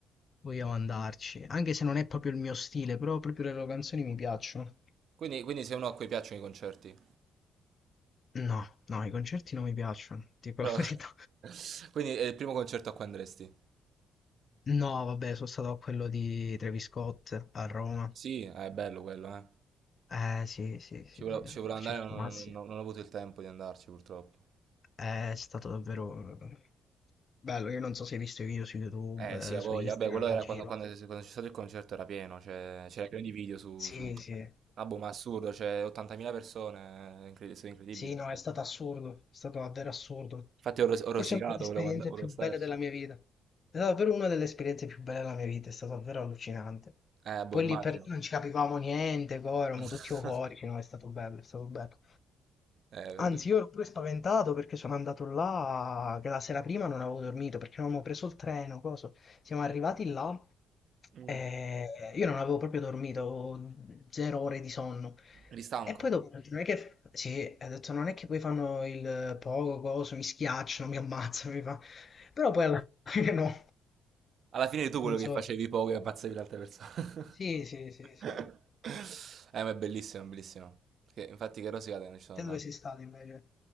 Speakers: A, on the left; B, on the right.
A: vogliamo andarci, anche se non è proprio il mio stile, però proprio le loro canzoni mi piacciono.
B: Quindi quindi sei uno a cui piacciono i concerti.
A: No, no, i concerti non mi piacciono, dico
B: Però
A: la <laughs> verità.
B: <laughs> quindi è il primo concerto a cui andresti.
A: No, vabbè, sono stato a quello di Travis Scott a Roma.
B: Sì, è bello quello, eh.
A: Eh sì, sì, sì,
B: Ci volevo,
A: sì,
B: ci volevo
A: Circo
B: andare, ma non,
A: Mazzi.
B: non- non ho avuto il tempo di andarci purtroppo.
A: È stato davvero eh, bello. Io non so se hai visto i video su YouTube,
B: Eh sì,
A: eh,
B: a
A: su
B: voglia.
A: Instagram,
B: Vabbè, quello
A: in
B: era
A: giro.
B: quando, quando- quando c'è stato il concerto era pieno, cioè, c'era pieno di video su,
A: Sì,
B: su internet.
A: sì.
B: Ah boh, ma assurdo, cioè 80.000 persone, è incredi- è stato incredibile.
A: Sì, no, è stato assurdo, è stato davvero assurdo.
B: Infatti ho, ros- ho rosicato,
A: Forse è una delle esperienze
B: volevo, and- volevo
A: più
B: starci.
A: belle della mia vita. È stata davvero una delle esperienze più belle della mia vita, è stato davvero allucinante.
B: Eh boh,
A: Poi
B: immagino.
A: lì per lì non ci capivamo niente, poi eravamo
B: <laughs>
A: tutti euforici, no, è stato bello, è stato bello.
B: Eh,
A: Anzi,
B: d-
A: io ero pure spaventato perché sono andato là, che la sera prima non avevo dormito perché non avevo preso il treno, coso. Siamo arrivati là
B: Mm.
A: e io non avevo proprio dormito, avevo zero ore di sonno.
B: eri stanco?
A: E poi dopo, ho detto, non è che, sì, ho detto, non è che poi fanno il poco, coso, mi schiacciano, mi ammazzano, mi fa... Però poi alla <laughs> fine no,
B: Alla fine eri tu quello
A: non
B: che
A: so.
B: facevi poco e ammazzavi l'altra persona.
A: Sì,
B: <laughs>
A: sì, sì, sì. sì.
B: Eh, ma è bellissimo, bellissimo. Perché infatti che rosicata non ci sono
A: Te
B: andato.
A: dove sei stato invece?